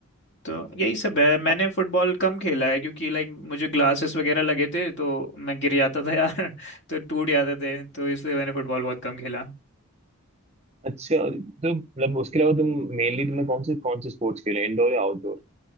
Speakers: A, on the left; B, on the right.
A: तो यही सब है मैंने
B: हाँ,
A: फुटबॉल कम खेला है क्योंकि लाइक मुझे ग्लासेस वगैरह लगे थे तो मैं गिर जाता था यार <laughs> तो टूट जाते थे तो इसलिए मैंने फुटबॉल बहुत कम खेला
B: अच्छा तो मतलब उसके अलावा तुम मेनली तुम्हें कौन से कौन से स्पोर्ट्स खेले इंडोर या आउटडोर